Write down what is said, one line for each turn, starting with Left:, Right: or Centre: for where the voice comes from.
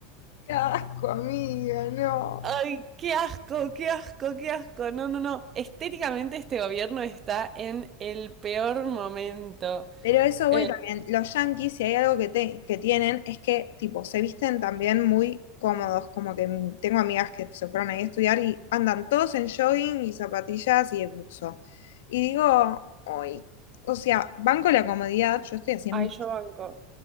Left: Qué asco, amiga, no.
Right: Ay, qué asco, qué asco, qué asco. No, no, no. Estéticamente este gobierno está en el peor momento.
Left: Pero eso
Right: Eh,
Left: voy también. Los yankees, si hay algo que, te- que tienen, es que, tipo, se visten también muy cómodos. Como que m- tengo amigas que se fueron ahí a estudiar y andan todos en jogging y zapatillas y en buzo. Y digo, hoy, o sea, banco la comodidad, yo estoy así en
Right: ay,
Left: mi.
Right: yo banco.